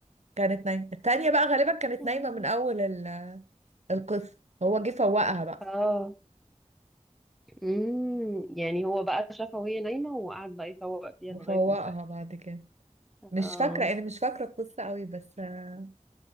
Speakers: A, on the right; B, in the centre.
A: كانت نايمة التانية بقى غالبا كانت
B: مم.
A: نايمة من أول ال- القصة هو جه فوقها بقى
B: اه امم يعني هو بقى شافها وهي نايمة وقعد بقى يفوق فيها
A: وفوقها
B: لغاية ما
A: بعد كده
B: اه
A: مش فاكرة يعني مش فاكرة القصة قوي بس آه،